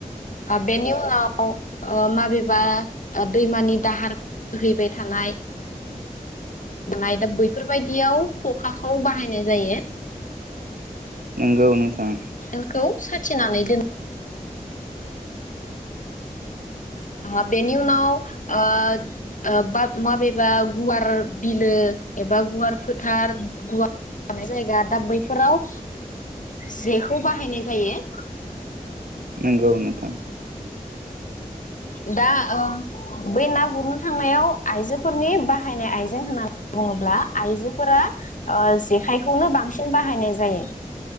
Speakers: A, on the left; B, on the right.
A: आ बेनि उनाव ओ माबेबा ओ दैमानि दाहार बोहैबाय थानाय मायबा बैफोरबायदियाव खखाखौ बाहायनाय जायो।
B: नंगौ नोंथां।
A: <unintelligible> साथिनानै दोन ओ बेनि उनाव ओ ओ बा माबेबा गुवार बिलो एबा गुवार फोथार गुवार थानाय जायगा दा बैफोराव जेखौ बाहायनाय जायो।
B: नंगौ नोथां।
A: दा ओ बै ना गुरनो थांनायाव आइजोफोरनि बाहायनाय आइजें होननानै बुङोब्ला आइजोफोरा ओ जेखायखौनो बांसिन बाहायनाय जायो।